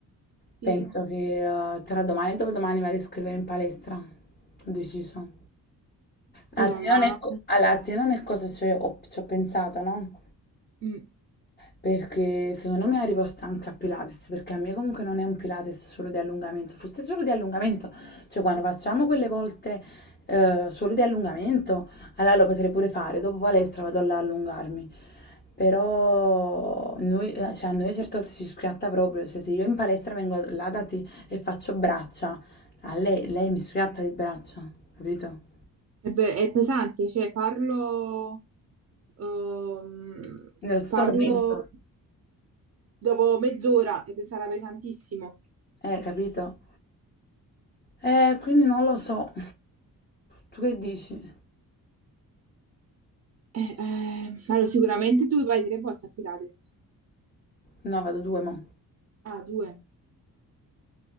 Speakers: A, on the left; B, on the right.
A: Penso
B: Sì,
A: che eh, tra domani e dopodomani vado a scrivere in palestra. Ho deciso.
B: quella
A: Allora, A te
B: là...
A: non è, co- alla- a te non è cosa ci ho, ci ho pensato, no?
B: mm,
A: Perché secondo me arrivo stanca a Pilates, perché a me comunque non è un Pilates solo di allungamento, fosse solo di allungamento, cioè quando facciamo quelle volte eh, solo di allungamento, allora lo potrei pure fare, dopo palestra vado là a allungarmi, però noi, cioè, a noi a certe volte ci schiatta proprio, cioè se io in palestra vengo là da te e faccio braccia, a lei, lei mi schiatta di braccia, capito?
B: È, be- è pesante, cioè farlo... ehm,
A: Nello stesso
B: farlo
A: momento,
B: dopo mezz'ora e sarà pesantissimo.
A: eh, capito? Eh, quindi non lo so, tu che dici?
B: Eh, eh, allora, sicuramente tu vai tre volte a Pilates.
A: No, vado due, mo.
B: Ah, due.